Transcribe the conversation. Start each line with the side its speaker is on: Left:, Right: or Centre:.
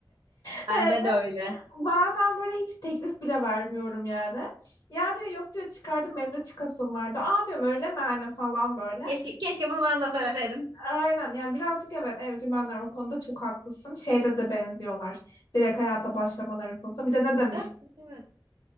Left: Hani
Right: Bende de öyle.
Left: bazen böyle hiç teklif bile vermiyorum yani. Ya diyor yok diyor çıkardım benim de çıkasım vardı. Aa diyorum öyle mi hani falan böyle.
Right: Keşke, keşke bunu bana da söyleseydin.
Left: Aynen yani birazcık evet evcimenler o konuda çok haklısın. Şeyde de benziyorlar. Direkt hayata başlamaları konusunda. Bir de ne demiştin?
Right: Evet, evet.